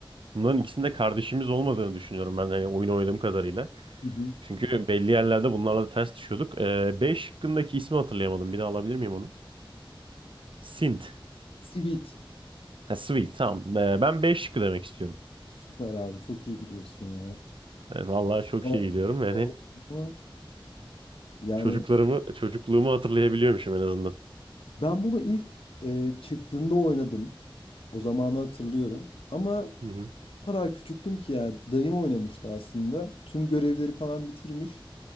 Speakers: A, on the right; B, on the left.
A: bunların ikisinde kardeşimiz olmadığını düşünüyorum ben yani oyun oynadığım kadarıyla.
B: Hı hı.
A: Çünkü belli yerlerde bunlarla da ters düşüyorduk. E, B şıkkındaki ismi hatırlayamadım. Bir daha alabilir miyim onu? Sint.
B: Sweet.
A: Ha, Sweet tamam. E, ben B şıkkı demek istiyorum.
B: Süper abi. Çok iyi gidiyorsun ya.
A: E, vallahi çok
B: O-
A: iyi gidiyorum. Yani
B: o- Yani
A: çocuklarımı, çocukluğumu hatırlayabiliyormuşum en azından.
B: Ben bunu ilk e, çıktığında oynadım. O zamanı hatırlıyorum. Ama
A: Hı hı,
B: o kadar küçüktüm ki ya dayım oynamıştı aslında. Tüm görevleri falan bitirmiş.